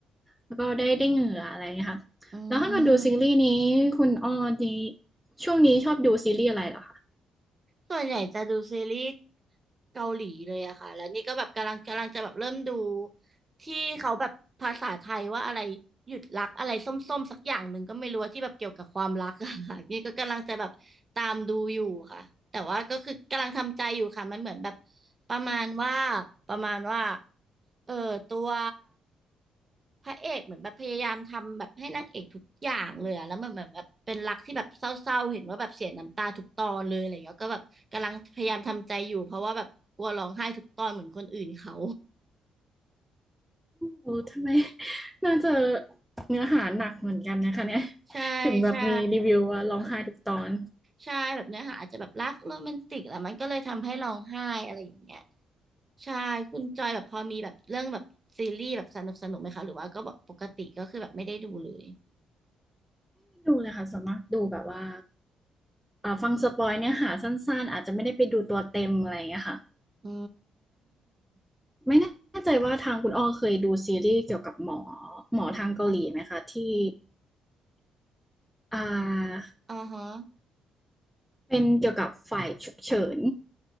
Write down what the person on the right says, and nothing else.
ำอืม
ส่วนใหญ่จะดูซีรีส์เกาหลีเลยอะค่ะ แล้วนี่ก็แบบกำลังกำลังจะแบบเริ่มดูที่เขาแบบภาษาไทยว่าอะไรหยุดรักอะไรส้มๆสักอย่างหนึ่งก็ไม่รู้ว่าที่แบบเกี่ยวกับความรักอะค่ะ <laughs> นี่ก็กำลังจะแบบตามดูอยู่ค่ะ แต่ว่าก็คือกำลังทำใจอยู่ค่ะ มันเหมือนแบบประมาณว่าประมาณว่าเออตัว พระเอกเหมือนแบบพยายามทำแบบให้นางเอกทุกอย่างเลยอะแล้วมันเหมือนแบบเป็นรักที่แบบเศร้าๆเห็นว่าแบบเสียน้ำตาทุกตอนเลยอะไรเงี้ยก็แบบกำลังพยายามทำใจอยู่เพราะว่าแบบกลัวร้องไห้ทุกตอนเหมือนคนอื่นเขา
ใช่ใช่
ใช่แบบเนื้อหาอาจจะแบบรักโรแมนติกแหละมันก็เลยทำให้ร้องไห้อะไรอย่างเงี้ยใช่คุณจอยแบบพอมีแบบเรื่องแบบซีรีส์แบบสนุกสนุกไหมคะหรือว่าก็แบบปกติก็คือแบบไม่ได้ดูเลย
อืม
อ่าฮะ